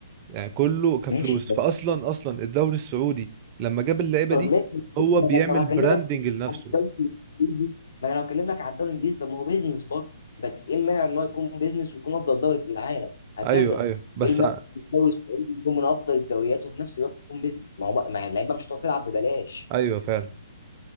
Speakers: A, on the right (about 30°); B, on the left (about 65°).
A: يعني كله كفلوس
B: ماشي
A: فاصلا اصلا الدوري السعودي لما جاب اللعيبه
B: طب
A: دي
B: ماشي
A: هو
B: ما
A: بيعمل
B: انا لو هكلمك
A: براندنج لنفسه
B: عن الدوري الانجليزي ما انا لو هكلمك عن الدوري الانجليزي طب ما هو بيزنس برضه بس ايه المانع ان هو يكون بيزنس ويكون افضل دوري في العالم هكذا
A: ايوه ايوه بس
B: ايه المانع إن الدوري السعودي يكون من افضل الدوريات وفي نفس الوقت يكون بيزنس ما هو بقى- ما اللعيبه مش هتقعد تلعب ببلاش
A: ايوه فعلا